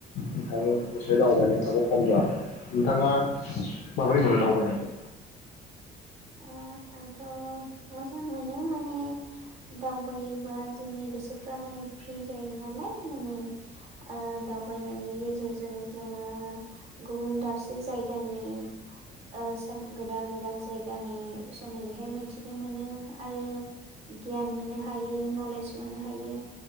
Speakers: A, on the left (about 70°); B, on the right (about 40°).
A: ओंखायनो
B: औ
A: एसे दावबायनायफ्राबो खम जाना दं। नोंथाङा माबोरै मोनो दावबायनानै?
B: ओ आंथ' मोजां मोनो माने दावबायोबा जोंनि गोसोफ्रा माने फ्रि जायो नालाय माने ओ दावबायनायनि गेजेरजों जोङो गुबुन दाबसे जायगानि ओ सो गोदान-गोदान जाय गानि सोमोन्दैहाय मिथिनो मोनो आरो गियान मोननो हायो। नलेज मोननो हायो।